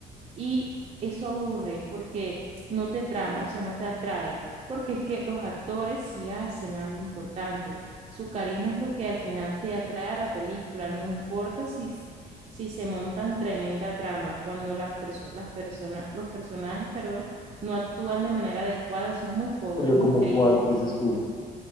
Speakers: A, on the right (about 35°); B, on the left (about 25°).
A: y eso aburre porque no te trama, o sea, no te atrae, porque es que los actores sí hacen algo importante. Su carisma es lo que al final te atrae a la película, no importa si, s- si se montan tremenda trama, cuando las, perso- las personas, los personajes, perdón, no actúan de manera adecuada, eso es muy pobre,
B: Pero
A: es muy
B: como
A: triste.
B: cuál, dices tú.